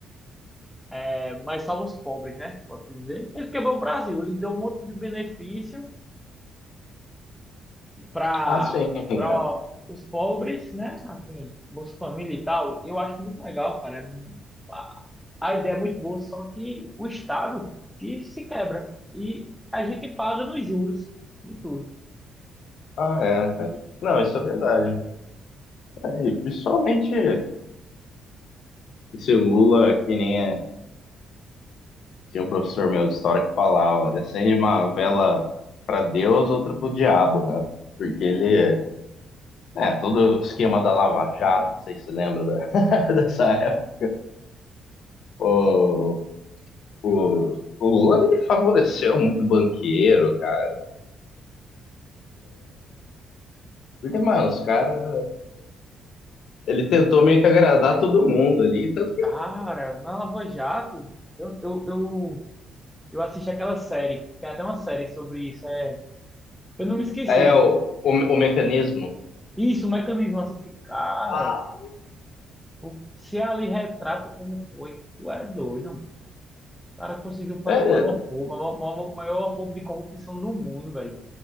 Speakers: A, in the centre; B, on the left.
A: é, mas salva os pobres, né? Pode-se dizer. Ele quebrou o Brasil, ele deu um monte de benefício para
B: Ah, sim. é.
A: para os pobres, né? Assim, Bolsa Família e tal, eu acho muito legal, cara. É mu- A, a ideia é muito boa, só que o Estado que se quebra e a gente paga nos juros de tudo.
B: Ah, é. Não, isso é verdade. É, E principalmente esse Lula, que nem é- tinha um professor meu de história que falava, acende uma vela para Deus, outra pro diabo, né? Porque ele, é, todo o esquema da Lava Jato, não sei se você lembra da- <laughs> dessa época. O, o, o Lula, ele favoreceu muito banqueiro, cara. Porque, mano, os caras, ele tentou meio que agradar todo mundo ali, tanto que
A: Cara, na Lava Jato, eu, eu, eu, eu assisti aquela série, tem até uma série sobre isso, é, eu não me esqueci.
B: é o, o, o mecanismo.
A: Isso, o mecanismo assisti, cara,
B: Ah,
A: o, se ali retrata como foi, tu é doido. O cara conseguiu fazer
B: É,
A: o maior roubo, o maior, o maior roubo de corrupção do mundo, velho.